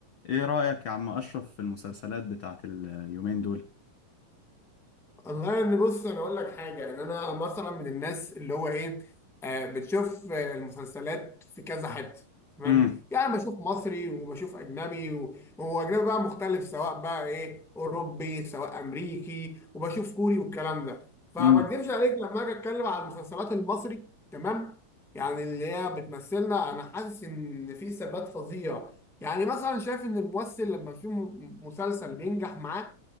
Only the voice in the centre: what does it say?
والله يعني بص انا اقول لك حاجه ان انا مثلا من الناس اللي هو ايه آه بتشوف آه، المسلسلات في كذا حته تمام
يعني بشوف مصري وبشوف اجنبي و- وهو اجنبي بقى مختلف سواء بقى ايه اوروبي سواء امريكي وبشوف كوري والكلام ده فما
اكذبش عليك لما اجي اتكلم على المسلسلات المصري تمام يعني اللي هي بتمثلنا انا حاسس ان في ثبات فظيع يعني مثلا شايف ان الممثل لما في م- مسلسل بينجح معاه